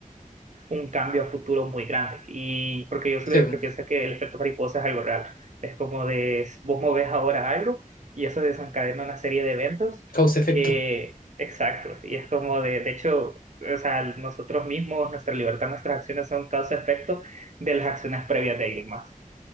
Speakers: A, on the right (about 60°); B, on the left (about 80°).
A: un cambio a futuro muy grande. Y porque yo soy
B: sí,
A: de los
B: po.
A: que piensa que el efecto mariposa es algo real. Es como de vos movés ahora algo y eso desencadena una serie de eventos
B: Causa-efecto.
A: que, exacto, y es como de, de hecho, o sea, nosotros mismos, nuestra libertad, nuestras acciones son causa-efecto de las acciones previas de alguien más.